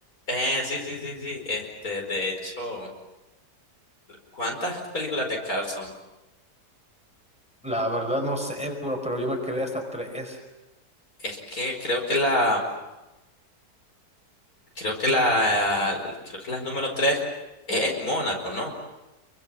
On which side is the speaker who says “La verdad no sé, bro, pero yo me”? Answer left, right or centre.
Centre